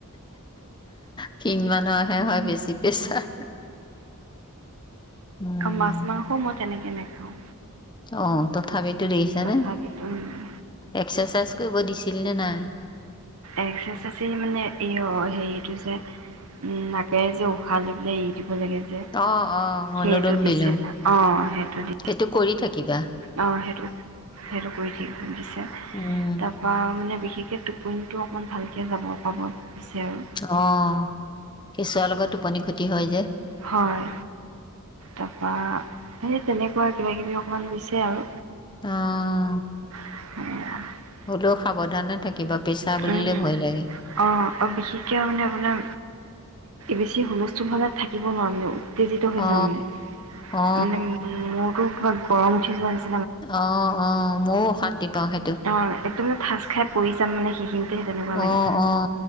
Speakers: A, on the left; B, on the right.
A: ক্ষীন মানুহৰহে হয় বেছি প্ৰেছাৰ? উম,
B: মাছ মাংসও মই তেনেকে নাখাওঁ।
A: অ' তথাপিতো দেখিছানে?
B: তথাপিতো উম
A: এক্সাৰচাইজ কৰিব দিছিল নে নাই?
B: এক্সাৰচাইজ মানে এই অ' হেৰিটো যে নাকেৰে যে উশাহ লৈ পেলাই এৰি দি ব লাগে যে
A: অ', অ', অনুলোম
B: সেইটো
A: বিলোম
B: দিছিল, অ' সেইটো দি
A: সেইটো কৰি থাকিবা?
B: অ' সেইটো সেইটো কৰি থাকিব দিছে,
A: উম
B: তাৰ পা মানে বিশেষকে টোপনিটো অকণ ভালকে যাব পাব দিছে আৰু।
A: অৱ' কেচুৱৰ লগত টোপনি ক্ষতি হয় যে?
B: হয়। তাপা সেই তেনেকুৱা কিবা কিবি অকণমান দিছে আৰু।
A: অৱ'।
B: স <unintelligible>
A: হ'লেও সাৱধানে থাকিবা, পেচাৰ বুলিলে
B: উম,
A: ভয় লাগে।
B: অ', অ' বিশেষকে মানে আপোনাৰ বেছি হুলস্থুল হ'লে থাকিব নোৱাৰো। মানে উত্তেজিত হৈ
A: অ
B: যাওঁ মানে,
A: অ
B: মানে মূৰটো কিবা গৰম উঠি যোৱা নিছিন
A: অ', অ' মইয়ো অশান্তি পাওঁ সেই
B: অ, একদম মানে ঠাচ খাই পৰি যাম মানে সেইখিনিতে তেনেকুৱা লাগে।
A: অ অ